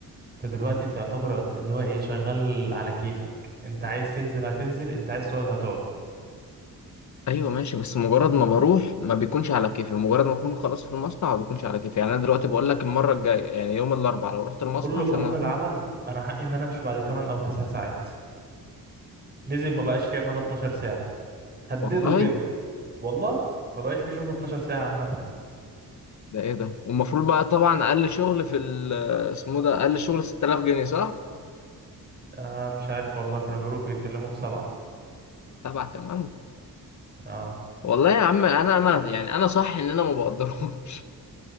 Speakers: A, on the right (about 25°); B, on the left (about 50°).
A: انت دلوقتي انت يعتبر اللي هو ايه شغال على كيفك انت عايز تنزل هتنزل انت عايز تقعد هتقعد
B: ايوه ماشي بس مجرد ما بروح ما بيكونش على كيفي مجرد ما اكون خلاص في المصنع ما بيكونش على كيفي يعني انا دلوقتي بقول لك المره الجايه يعني يوم الاربعاء لو رحت المصنع
A: قول له
B: عشان
A: قانون
B: أروح.
A: العمل انا حقي ان انا امشي بعد 8 او 9 ساعات نزل ما بقاش فيه عمال 12 ساعة هدده
B: والله
A: كده والله ما بقاش فيه شغل 12 ساعة عامة
B: ده ايه ده والمفروض بقى طبعا اقل شغل في ال- اسمه ده اقل شغل 6000 جنيه صح
A: آه مش عارف والله كانوا بيقولوا بيتكلموا في سبعة
B: سبعة كمان
A: اه
B: والله يا عم انا انا يعني انا صح ان انا ما بقدرهمش